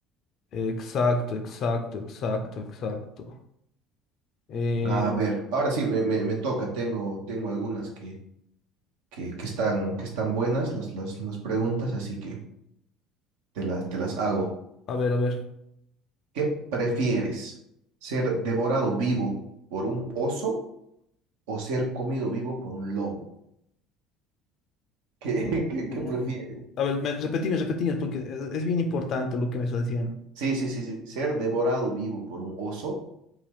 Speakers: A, on the left; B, on the right.
A: Exacto, exacto, exacto, exacto. Eh,
B: A ver, ahora sí me, me- me toca, tengo, tengo algunas que, que, que están, que están buenas las, las, las preguntas, así que te las, te las hago.
A: a ver, a ver.
B: ¿Qué prefieres? ¿Ser devorado vivo por un oso o ser comido vivo por un lobo? ¿Qué,
A: Mm,
B: <laughs> qué, qué prefieres?
A: A ver, me, repetime, repetime, porque eh, es bien importante lo que me estás diciendo.
B: Sí, sí, sí, sí. ¿Ser devorado vivo por un oso